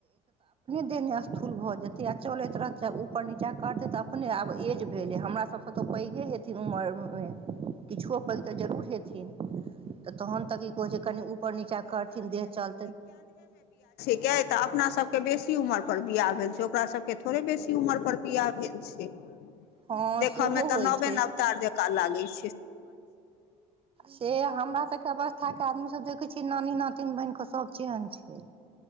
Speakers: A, on the right; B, on the left.
A: ने स्थूल भऽ जेतै आ चलैत रहत ऊपर नीचाँ करतै तऽ अपने आब एज भेलै हमरा सब कतहु पैघे हेथिन उमरमे किछुओ पैघ तऽ जरूर हेथिन। तऽ तहन तऽ की कहै छैय कनि ऊपर नीचाँ करथिन देह चलतै।
B: के त अपना सब के बेसी उमर पर बियाह भेल छैय, ओकरा सब के थोड़े बेसी उमर पर बियाह <unintelligible>
A: हँ
B: देखऽ
A: सेहो
B: में तऽ
A: होइ
B: नवे
A: छै
B: नवतार जकाँ लागे छैय।
A: से हमरा सबके बस कथा के आदमी सब देखे छियै नानी नातिन बन क सब चेन छैय।